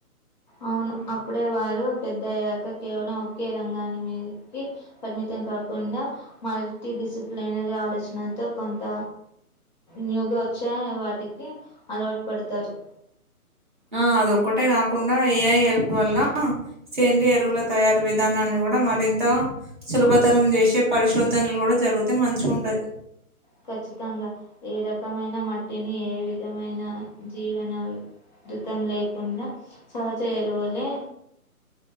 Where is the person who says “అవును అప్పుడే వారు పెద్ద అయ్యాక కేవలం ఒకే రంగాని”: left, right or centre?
Left